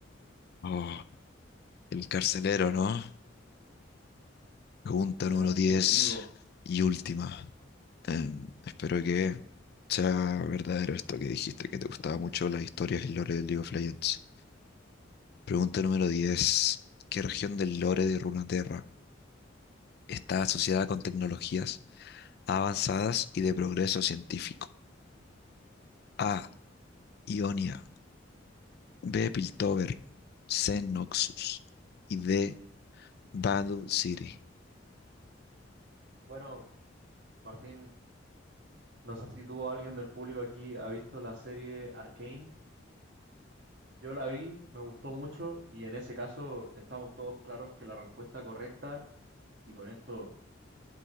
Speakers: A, on the left; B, on the right.
A: Oh, el carcelero, ¿no? Pregunta número
B: el archienemigo.
A: 10 y última. Em, espero que sea verdadero esto que dijiste, que te gustaba mucho las historias y lore del League of Legends. Pregunta número 10. ¿Qué región del lore de Runeterra está asociada con tecnologías avanzadas y de progreso científico? A. Ionia. B. Piltover. C. Noxus. Y D. Battle City.
B: Bueno, Martín, no sé si tú o alguien del público aquí ha visto la serie Arcane. Yo la vi, me gustó mucho, y en ese caso estamos todos claros que la respuesta correcta, y con esto